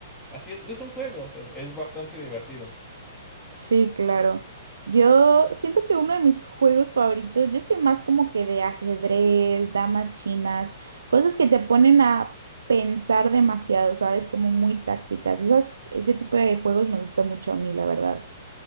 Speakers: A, in the centre; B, on the right.
A: así es, es un juego, e- es bastante divertido.
B: Sí, claro. Yo siento que uno de mis juegos favoritos, yo soy más como que de ajedrez, damas chinas, cosas que te ponen a pensar demasiado, ¿sabes? Como muy tácticas. Esas, ese tipo de juegos me gusta mucho a mí, la verdad.